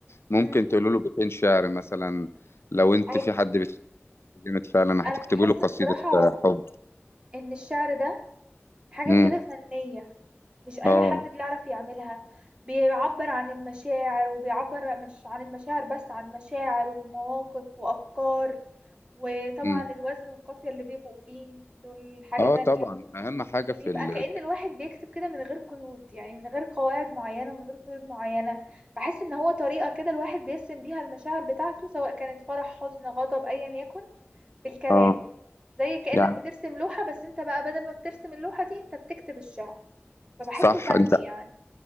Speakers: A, on the left; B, on the right.
A: ممكن
B: امم
A: تقول له بيتين شعر مثلا لو انت
B: ايوه
A: في حد بتحب جامد فعلا
B: انا
A: هتكتبي
B: بحس
A: له قصيدة
B: بصراحه
A: حب
B: ان الشعر ده حاجه
A: امم
B: كده فنيه مش اي
A: اه
B: حد بيعرف يعملها بيعبر عن المشاعر وبيعبر مش عن المشاعر بس عن مشاعر ومواقف وافكار وطبعا
A: امم
B: الوزن والقافيه اللي بيبقوا فيه دول حاجه
A: اه
B: تانية
A: طبعا اهم حاجة في
B: بيبقى
A: ال...
B: كأن الواحد بيكتب كده من غير قيود يعني من غير قواعد معينة ومن غير قيود معينة بحس ان هو طريقة كده الواحد بيرسم بيها المشاعر بتاعته سواء كانت فرح حزن غضب ايا يكن بالكلام
A: اه
B: زي كأنك
A: يعني
B: بترسم لوحة بس انت بقى بدل ما بترسم اللوحة دي انت بتكتب الشعر فبحسه
A: صح
B: فني
A: انت
B: يعني